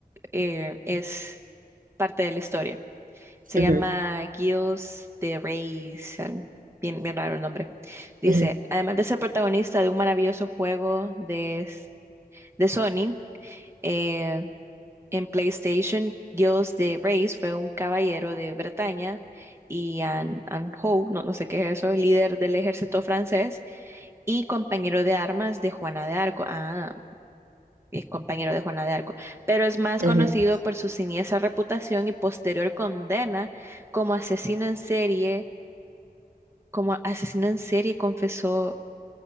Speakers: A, on the right; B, on the right.
A: eh, es parte de la historia. Se
B: ujú,
A: llama Gilles de Reyes. Bien, bien raro el nombre. Dice,
B: ujú,
A: además de ser protagonista de un maravilloso juego de, de Sony, eh, En PlayStation, Giles de Reyes fue un caballero de Bretaña y Anne, Anne Howe, no, no sé qué es eso, líder del ejército francés y compañero de armas de Juana de Arco. Ah, es compañero de Juana de Arco, pero es más
B: ujú,
A: conocido por su siniestra reputación y posterior condena como asesino en serie, como asesino en serie confesó